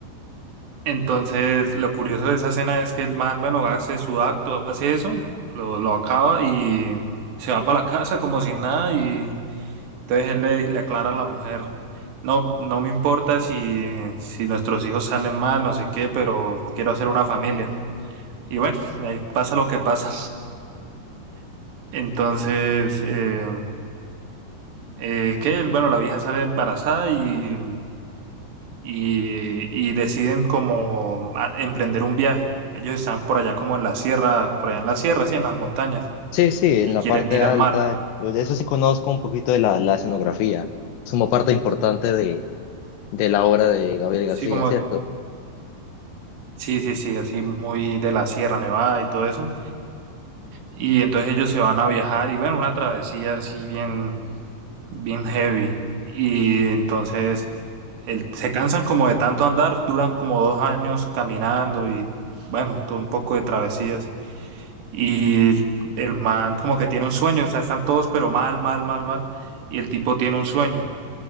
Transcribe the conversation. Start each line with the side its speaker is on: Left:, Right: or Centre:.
Right: Entonces, lo curioso de esa escena es que el man, bueno, hace su acto, hace eso, lo, lo acaba y se va para la casa como si nada y entonces él le, le aclara a la mujer, no, no me importa si, si nuestros hijos salen mal, no sé qué, pero quiero hacer una familia. Y bueno, ahí pasa lo que pasa. <laughs> Entonces, eh, eh, que, bueno, la vieja sale embarazada y, y, y deciden como a- emprender un viaje. Ellos están por allá como en la sierra, por allá en la sierra, sí, en las montañas,
Left: Sí, sí,
Right: y
Left: en la
Right: quieren
Left: parte
Right: ir
Left: alta,
Right: al mar.
Left: pues, de eso sí conozco un poquito de la, la escenografía, es como parte importante de, de la obra de Gabriel
Right: Sí,
Left: García,
Right: como,
Left: ¿cierto?
Right: sí, sí, sí, así muy de la Sierra Nevada y todo eso. Y entonces ellos se van a viajar y bueno, una travesía así bien, bien heavy. Y entonces el- se cansan como de tanto andar, duran como dos años caminando y bueno, todo un poco de travesías. Y el man como que tiene un sueño, o sea, están todos pero mal, mal, mal, mal. Y el tipo tiene un sueño.